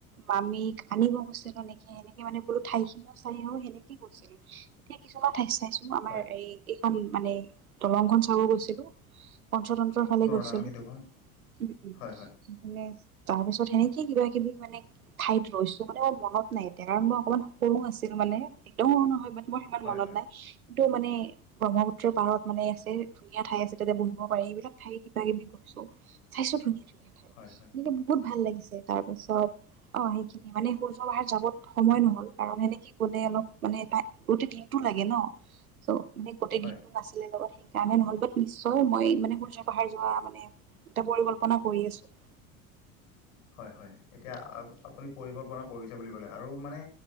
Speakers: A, on the right (about 90°); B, on the left (about 70°).
A: মামিক আনিব গৈছিলো নেকি সেনেকে মানে বোলো ঠাইখিনিও চাই আহোঁ সেনেকে গৈছিল এতিয়া কিছুমান ঠাই চাইছো আমাৰ
B: হয়
A: এই খন মানে দলংখন চাব গৈছিলো, পঞ্চতন্ত্ৰৰ ফালে
B: নৰনাৰায়ণ
A: গৈছিলো।
B: খেতিখন
A: উম -উম
B: হয় হয়
A: সেইকাৰণে তাৰ পিছত
B: অ হয়
A: সেনেকে কিবা - কিবি মানে ঠাইত ৰৈছো মানে মোৰ মনত নাই এতিয়া, কাৰণ মই অকমান সৰু আছিলো মানে একদম সৰু নহয় মানে মোৰ সিমান মনত
B: হয়
A: নাই। কিন্তু মানে ব্ৰহ্মপুত্ৰৰ পাৰত মানে আছে ধুনীয়া ঠাই আছে তাতে বহিব পাৰি, এইবিলাক ঠাই কিবা - কিবি চাইচো ধুনীয়া- ধুনীয়া ঠাই
B: হয় হয়
A: এনেকে বহুত ভাল লাগিছে তাৰ পিছত অহ সেইখিনি মানে সূৰ্য পাহাৰ যাব সময় নহ'ল। কাৰণ সেনেকে গলে অলপ মানে গোটেই দিনটো লাগে ন' চ ' মানে গোটেই
B: হয়
A: দিনটো নাছিলে লগত সেই সেইকাৰণে নহল বাট নিশ্চয় মই মানে সূৰ্য- পাহাৰ যোৱা মানে এটা পৰিকল্পনা কৰি আছো। <inaudible>
B: হয় -হয় এতিয়া আপুনি পৰিকল্পনা কৰি বুলি কলে আৰু মানে